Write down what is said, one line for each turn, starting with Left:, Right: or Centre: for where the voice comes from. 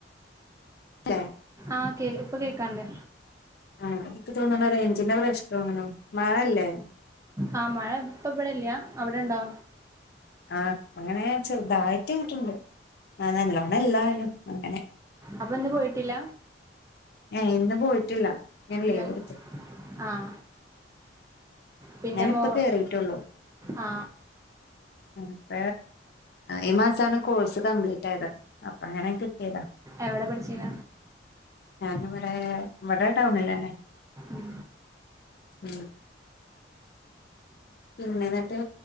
Left: ആഹ്
Right: ആഹ് കേ ഇപ്പൊ കേക്കാണ്ടേ
Left: ആഹ അതൊക്കെ തോന്നുണെ റേഞ്ചിന്റെ പ്രഷ്ണ തോന്നുന്നു മഴല്ലേ
Right: ആ മഴ ഇപ്പം ഇവിടെല്ല അവിടെ ഉണ്ടോ
Left: ആ അങ്ങനെ ചെറുതായിട്ട്ങ്ങിട്ടുണ്ട് ആ നല്ലോണം എല്ലായാലും അങ്ങനെ
Right: അപ്പൊന്ന് പോയിട്ടില്ല
Left: ഏ ഇന്ന് പോയിട്ടില്ല ഞാൻ ലീവ്
Right: എന്നൽ
Left: എടുത്തു
Right: ആഹ പിന്നെ
Left: ഞാനിപ്പ
Right: മോ
Left: കേറിയിട്ടുള്ളൂ
Right: ആ ആ
Left: അപ്പ ഈ മാസാണ് കോഴ്സ് കംപ്ലീറ്റ് ആയത് അപ്പ അങ്ങനെ കിട്ടിയതാ
Right: എവിടെ പഠിച്ചീന
Left: ഞാനിവിടെ ഇവിടെ ടൗണിലന്നെ
Right: ഉം
Left: ഉ പിന്നെ എന്നിട്ട്